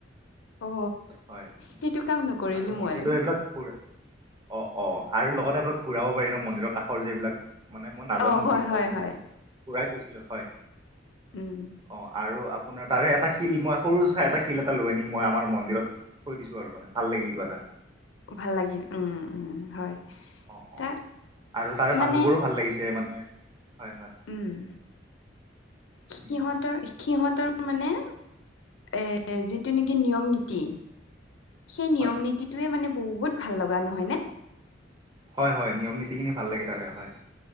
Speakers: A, on the left; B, on the right.
A: অ'
B: হয়
A: সেইটো কাম নকৰিলোঁ
B: আৰু মন্দিৰটো
A: মই।
B: এইবিলাক অ' - অ' আৰু লগতে আপোনাক ঘূৰাব পাৰি ন', মন্দিৰৰ কাষৰ যে এইবিলাক মানে মই নাজানো
A: অ হয়
B: বিশেষকৈ,
A: হয়
B: কিন্তু
A: হয়
B: ঘুৰাই চাইছিলোঁ, হয়।
A: উম
B: অ' আৰু আপোনাৰ তাৰে এটা শিল মই সৰু চাই এটা শিল এটা লৈ আনিম মই আমাৰ মন্দিৰত থৈ দিছোঁ আৰু মানে। ভাল লাগিল কিবা এটা।
A: ভাল লাগিল, উম - উম হয়।
B: অ' -
A: তাক
B: অ', আৰু তাৰে
A: মানে
B: মানুহবোৰো ভাল লাগিছে মানে, হয় - হয়।
A: উম, সিহঁতৰ-
B: উম,
A: সিহঁতৰ মানে এ যিটো নেকি নিয়ম নীতি সেই নিয়ম
B: হয়
A: নীতিটোৱে মানে বহুত ভাল লগা, নহয় নে?
B: হয় - হয়, নিয়ম নীতিখিনি ভাল লাগে তাৰে, হয়।